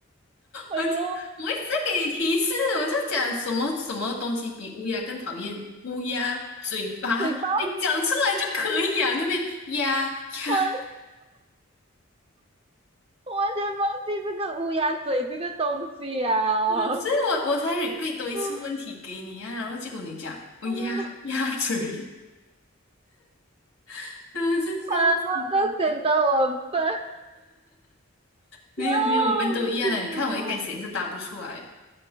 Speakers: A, on the right (about 25°); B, on the left (about 80°).
A: 哎呦，
B: 我就我一直在给你提示，我就讲什么什么东西比乌鸦更讨厌？乌鸦嘴巴，
A: 嘴巴，
B: 你讲出来就可以啊，那边呀呀，
A: 我完我完全忘记这个乌鸦嘴这个东西呀、啊，
B: 嗯，所以我我才 repeat 多一次问题给你啊，
A: <laughs> 嗯
B: 然后结果你讲乌鸦鸭嘴，
A: 嗯，
B: <laughs> 真的是笑死！
A: 啊，这显得我很笨，
B: 没有没有，
A: 哟，
B: 我们都一样的，
A: 我的天哪！
B: 你看我一开始也是答不出来。